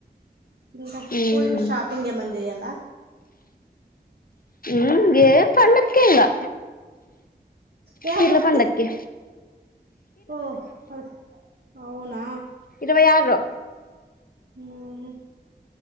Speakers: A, on the right; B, on the left.
A: ఇంకా
B: ఉమ్
A: పోయి ఇప్పుడు షాపింగ్ చేయాలా
B: ఉమ్ ఏం పండక్కేకిగా
A: ఏ
B: పిర్ల
A: పండుగ ఉంది
B: పండగకి
A: ఓ అదే అవునా
B: ఇరవై ఆరు
A: ఉమ్